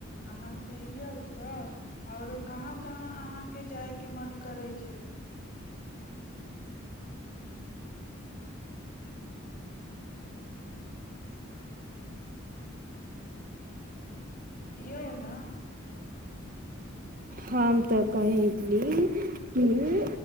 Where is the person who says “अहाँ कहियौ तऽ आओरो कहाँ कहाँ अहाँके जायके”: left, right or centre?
Left